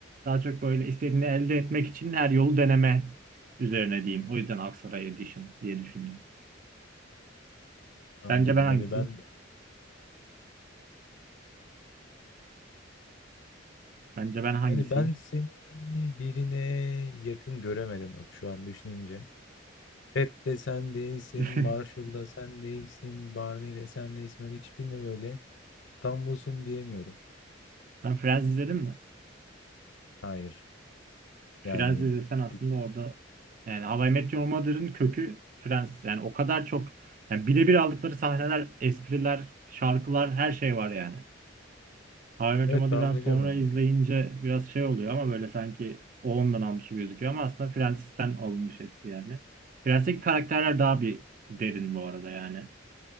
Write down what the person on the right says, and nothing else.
daha çok böyle istediğini elde etmek için her yolu deneme üzerine diyeyim. O yüzden Aksaray Edition diye düşündüm.
Sence ben hangisiyim?
Bence ben hangisiyim?
<laughs>
Sen Friends izledin mi?
Friends
izlesen aslında
orada yani How I Met Your Mother'ın kökü Friends. Yani o kadar çok yani birebir aldıkları sahneler, espriler, şarkılar her şey var yani. How I Met
Your Mother'dan
sonra
izleyince biraz şey oluyor ama böyle sanki o ondan almış gibi gözüküyor ama aslında Friends'ten alınmış hepsi yani. Friends'teki karakterler daha bir derin bu arada yani.